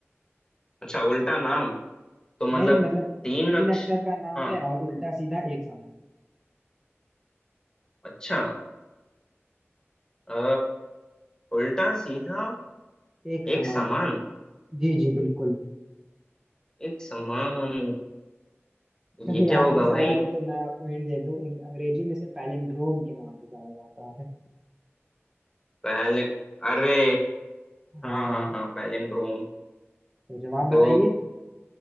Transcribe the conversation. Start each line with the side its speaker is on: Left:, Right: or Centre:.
Left: अच्छा उल्टा नाम तो मतलब
Right: नहीं नहीं मतलब
Left: तीन
Right: तीन
Left: अक्ष
Right: अक्षर का नाम
Left: हाँ
Right: है और उल्टा सीधा एक समान
Left: अच्छा अ, उल्टा सीधा
Right: एक
Left: एक
Right: समान
Left: समान
Right: जी जी बिल्कुल
Left: एक समान
Right: चलिए
Left: ये क्या
Right: आखिरी
Left: होगा
Right: सवाल
Left: भाई
Right: है तो मैं आपको हिंट दे दूं इन- अंग्रेजी में से पैलिंड्रोम के नाम से जाना जाता है
Left: पहले अरे
Right: हाँ
Left: हाँ हाँ हाँ पैलिंड्रोम
Right: तो जवाब बताइए
Left: तो